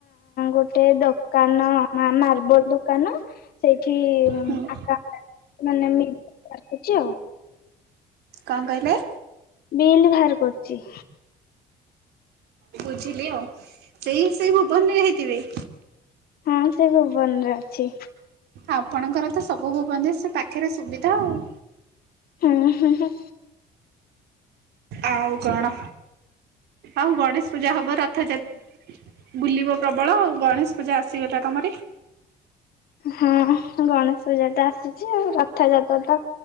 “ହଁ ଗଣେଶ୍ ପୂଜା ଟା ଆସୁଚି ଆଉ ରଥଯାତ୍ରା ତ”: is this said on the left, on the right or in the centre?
Left